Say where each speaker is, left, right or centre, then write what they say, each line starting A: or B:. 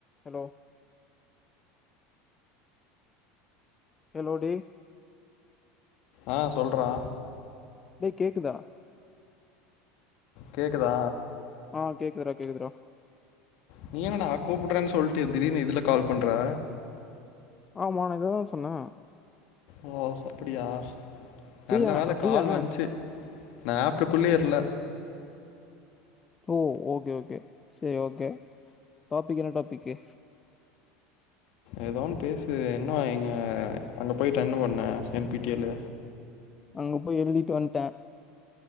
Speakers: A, on the left; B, on the left.
A: Hello hello டே
B: ஆ சொல்றா
A: டேய் கேக்குதா
B: கேக்குதா
A: ஆ கேக்குதுறா கேக்குதுறா
B: நீ என்னடா கூப்ட்றன்னு சொல்ட்டு திடீர்னு இதுல கால் பண்ற
A: ஆமா நா இததா சொன்ன
B: ஓ அப்படியா
A: ஃப்ரீயா
B: நல்ல வேல
A: அ ஆ ஃப்ரீயான
B: கால் வந்ச்சு நா ஆப்ற குள்ளே இல்ல
A: ஓ ஓகே ஓகே செரி ஓகே டாப்பிக் என்ன டாப்பிக்கு
B: ஏதோ ஒன் பேசுயே ஆ எங்க அங்க போயிட்டென்ன பண்ண என் பி டி எல்
A: அங்க போய் எழுதிட்டு வன்ட்டே